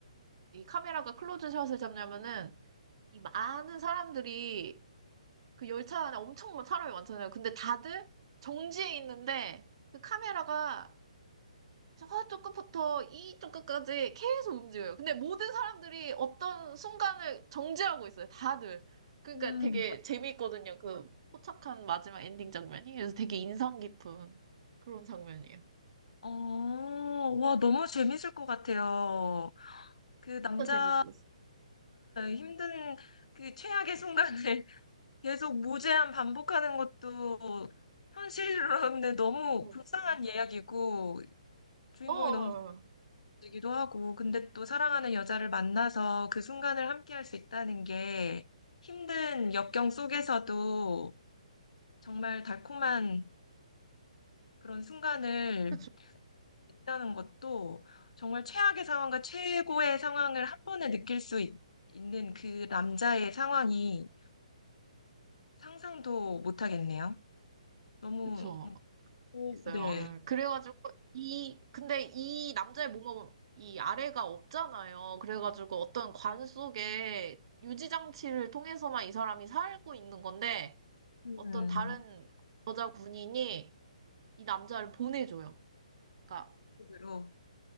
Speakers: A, on the right; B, on the left.
A: 이 카메라가 클로즈샷을 잡냐면은 이 많은 사람들이 그 열차 안에 엄청 많은 사람이 많잖아요. 근데 다들 정지해 있는데 그 카메라가 저쪽 끝부터 이쪽 끝까지 계속 움직여요. 근데 모든 사람들이 어떤 순간을 정지하고 있어요. 다들. 그러니까
B: 음.
A: 되게 재미있거든요. 그 포착한 마지막 엔딩 장면이. 그래서 되게 인상 깊은 그런 장면이에요.
B: 어, 와, 너무 재밌을 것 같아요. 그 남자를
A: 진짜 재밌었어.
B: 힘든 그 최악의 순간을 <laughs> 계속 무제한 반복하는 것도 현실로는 너무
A: 어.
B: 불쌍한 이야기고 주인공이
A: 어, 어,
B: 너무 쌍하기도 하고 근데 또 사랑하는 여자를 만나서 그 순간을 함께할 수 있다는 게 힘든 역경 속에서도 정말 달콤한 그런 순간을
A: 그쵸,
B: 있다는 것도 정말 최악의 상황과 최고의 상황을 한 번에 느낄 수 있, 는그 남자의 상황이 상상도 못 하겠네요. 너무,
A: 그쵸.
B: 오,
A: 있어요.
B: 네.
A: 어, 그래가지고, 이, 근데 이 남자의 몸은 이 아래가 없잖아요. 그래가지고 어떤 관 속에 유지장치를 통해서만 이 사람이 살고 있는 건데,
B: 음,
A: 어떤 다른 여자 군인이 이 남자를 보내줘요. 그러니까
B: 으로